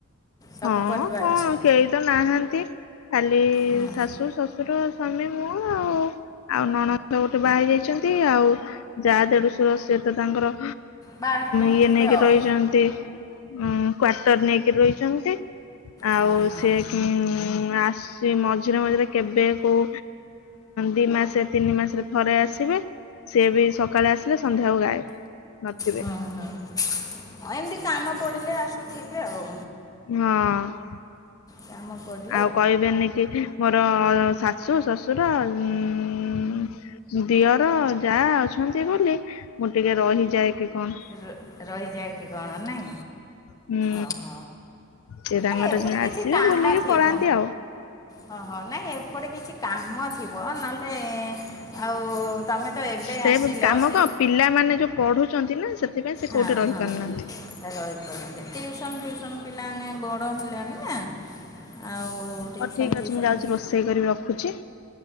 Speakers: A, on the left; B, on the left.
A: ସବୁ
B: ହଁ
A: ପରିବା
B: କଣ
A: ଅଛି
B: କେହି ତ ନାହାନ୍ତି, ଖାଲି
A: ହୁଁ
B: ଶାଶୁ ଶ ଶୁର ସ୍ୱାମୀ ମୁଁ ଆଉ। ଆଉ ନଣସ ଗୋଟେ ବାହାରି ଯାଇଛନ୍ତି ଆଉ ଯାହା ଦେଢଶୁର ସିଏ ତ ତାଙ୍କର
A: ବାହାରେ ରହୁଥିବେ
B: ଇଏ ନେଇକି
A: ଆଉ
B: ରହିଚନ୍ତି। ଉଁ କ୍ଵାର୍ଟର ନେଇକି ରହିଚନ୍ତି ଆଉ
A: ହଁ ହଁ
B: ସିଏ ଆସିଚି ମଝିରେ ମଝିରେ କେବେ କଉ ଦି ମାସରେ ତିନି ମାସରେ ଥରେ ଆସିବେ ସିଏ ବି ସକାଳେ ଆସିଲେ ସନ୍ଧ୍ୟାକୁ ଗାଇବ ନଥିବେ।
A: ହଁ ହଁ ହଁ ଏମିତି କାମ ପଡ଼ିଲେ ଆସୁଥିବେ ଆଉ।
B: ହଁ।
A: କାମ ପଡ଼
B: ଆଉ କହିବେନି କି ମୋର ଶାଶୁ ଶଶୁର ଉ ଦିଅର ଯାହଆ ଅଛନ୍ତି ବୋଲି ମୁଁ ଟିକେ ରହିଯାଏ କି କଣ?
A: ର ରହିଯାଏ କି କଣ ନାଇ?
B: ହୁଁ
A: ଅହ
B: ସେ ତାଙ୍କର
A: ଏ ଏପଟେ
B: ଯା
A: କିଛି
B: ଆସିବେ
A: କାମ
B: ବୁଲିକି
A: ଥିବ।
B: ପଳାନ୍ତି ଆଉ
A: ହ ହ ନାଇଁ ଏପଟେ କିଛି କାମ ଥିବ ନଲେ ଆଉ ତମେ ତ ଏବେ
B: ସେ
A: ଆସିଲ
B: କାମ
A: ସି
B: କଣ ପିଲାମାନେ ଯୋଉ ପଢ଼ୁଚନ୍ତି ନା ସେଥିପାଇଁ ସେ କୋଉଠି
A: ହଁ
B: ରହିପାରୁନାହାନ୍ତି।
A: ହଁ ରହିପାରନ୍ତି ଟିଉସନ୍ ଫଉସନ୍ ପିଲାମାନେ ବ ଡ଼ ହେଲେଣି ନା ଆଉ ଟିଉସନ୍
B: ହଉ ଠିକ୍
A: ଫଉସନ୍
B: ଅଛି ମୁଁ ଯାଉଛି ରୋଷେଇ କରିବି ରଖୁଛି